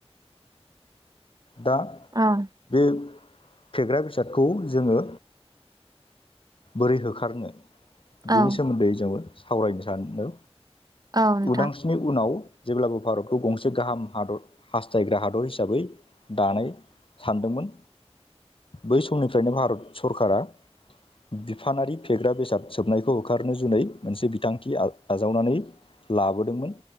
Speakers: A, on the left; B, on the right.
A: दा
B: आह
A: बे फेग्रा बेसादखौ जोङो बोरै होखारनो
B: औ
A: बेनि सोमोन्दै जोङो सावरायनो सानदों
B: औ नोंथां
A: उदांस्रि उनाव भारतखौ गंसे गाहाम हादर हास्थायग्रा हादर हिसाबै दानाय सानदोंमोन बै समनिफ्रायनो भारत सरकारा बिफानारि फेग्रा बेसाद सोबनायखौ होखारनो जुनै मोनसे बिथांखि आजा आजावनानै लाबोदोंमोन